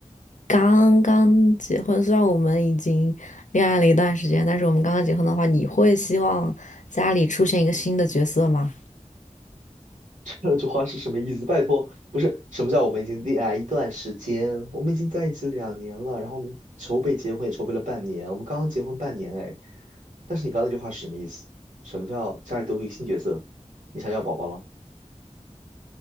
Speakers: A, on the left; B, on the right.
A: 刚刚结婚，虽然我们已经恋爱了一段时间，但是我们刚刚结婚的话，你会希望家里出现一个新的角色吗？
B: 这句话是什么意思？拜托，不是什么叫我们已经恋爱一段时间，我们已经在一起两年了，然后我们筹备结婚也筹备了半年，我们刚刚结婚半年哎。但是你刚刚那句话是什么意思？什么叫家里多出一个新角色？你想要宝宝了？